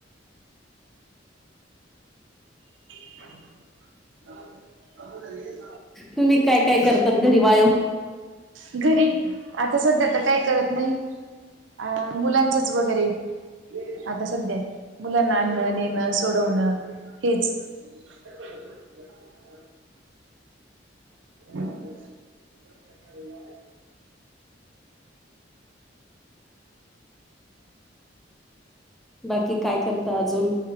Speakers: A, on the right (about 80°); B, in the centre.
A: <unintelligible>
B: तुम्ही काय काय
A: हॅलो
B: करतात घरी व्यायाम?
A: घरी, आता सध्याता काय करत नाही. अ मुलांचच वगैरे. आता सध्या, मुलांना आणणं नेणं सोडवणं, हेच. <inaudible> <unintelligible>
B: बाकी काय करता अजून?